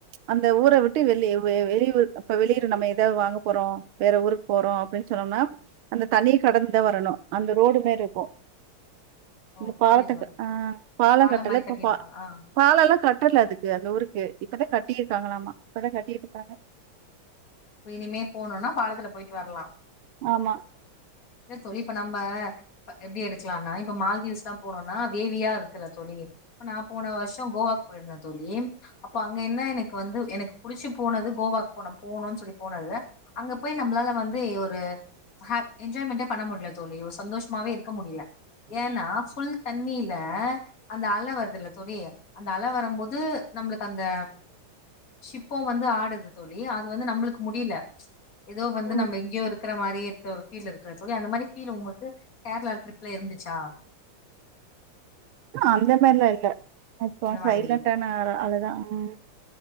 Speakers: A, on the right; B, on the left.
A: அந்த ஊர விட்டு வெளிவு வெளியூர் இப்ப வெளியூரு நம்ம எதாவ் வாங்க போறோ வேற ஊருக்கு போறோ அப்டின்னு சொன்னோம்னா அந்த தண்ணி கடந்துதா வரணு அந்த ரோடு மேரி இருக்கு
B: ஓ
A: இந்த பாலத்த
B: புரியுதுங்க தோழி
A: அ பாலோ
B: பாலம்
A: கட்டல
B: மாரி
A: இப்ப
B: கட்டியிருப்பாங்க
A: பா
B: ஆ
A: பாலல்லா கட்டல அதுக்கு அந்த ஊருக்கு இப்பதா கட்டியிருக்காங்களாமா இப்பதா கட்டிட்டு இருக்காங்க
B: அப்போ இனிமே போணுனா பாலத்துல பொயிட்டு வரலா
A: ஆமா
B: இல்ல தோழி இப்ப நம்ப ப்ப எப்டி எடுக்கலான்னா இப்ப மால்தீவ்ஸ்லா போனோம்னா வேவியா இருக்குல்ல தோழி இப்ப நா போன வர்ஷோ கோவாக்கு பொயிருந்தே தோழி அப்போ அங்க என்ன எனக்கு வந்து எனக்கு புடிச்சு போனது கோவாக்கு போனோ போனு சொல்லி போனது அங்க போய் நம்ளால வந்து ஒரு ஹேப் என்ஜாய்மெண்ட்டே பண்ண முடில தோழி ஒரு சந்தோஷமாவே இருக்க முடில ஏன்னா ஃபுல் தண்ணில அந்த அல வருதுல்ல தோழி அந்த அல வரும்போது நம்ளுக்கு அந்த சிப்போ வந்து ஆடுது தோழி அது வந்து நம்ளுக்கு முடில ஏதோ வந்து
A: ம்.
B: நம்ம எங்கேயோ இருக்குற மாரி இருக்குற ஃபில் இருக்குல தோழி அந்த மாரி அந்த ஃபில் உங்ளுக்கு கேரளா டிரிப்புல இருந்துச்சா
A: அந்த மாரில்லா இல்ல அப்போ
B: அந்த மாரி
A: சைலண்டான அல அலதா அ அ